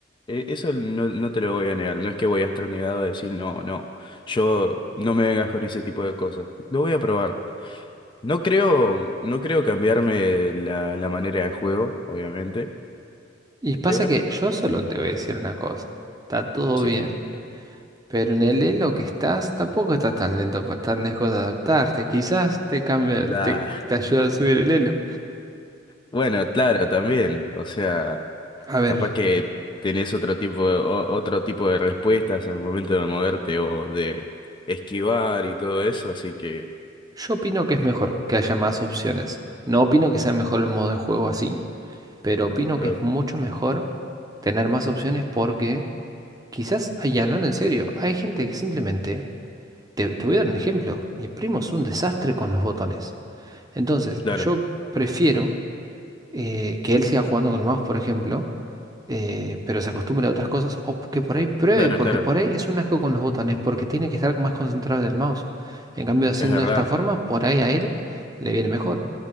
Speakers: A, on the left; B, on the right.
A: E- Eso no, no te lo voy a negar. No es que voy a estar negado a decir, no, no, yo no me vengas con ese tipo de cosas. Lo voy a probar. No creo, no creo cambiarme la, la manera de juego, obviamente,
B: Y pasa
A: pero
B: que yo solo te voy a decir una cosa. Está todo
A: sí.
B: bien. Pero en el elo que estás tampoco estás tan lento, pa- tan lejos de adaptarte. Quizás te cambia, el-
A: Ah,
B: te, te ayuda a subir el elo.
A: bueno, claro, también. O sea,
B: A ver,
A: capaz que tenés otro tipo de, o- otro tipo de respuestas al momento de moverte o de esquivar y todo eso, así que...
B: yo opino que es mejor que haya más opciones. No opino que sea mejor el modo de juego así, pero opino
A: Claro.
B: que es mucho mejor tener más opciones porque quizás, ay, hablando en serio, hay gente que simplemente, te, te voy a dar un ejemplo, mi primo es un desastre con los botones. Entonces,
A: Claro,
B: yo prefiero eh, que él siga jugando con el mouse, por ejemplo eh, pero se acostumbre a otras cosas, o que por ahí pruebe,
A: claro,
B: porque
A: claro,
B: por ahí es un asco con los botones, porque tiene que estar más concentrado en el mouse. En cambio, haciendo
A: es verdad.
B: de esta forma, por ahí a él le viene mejor.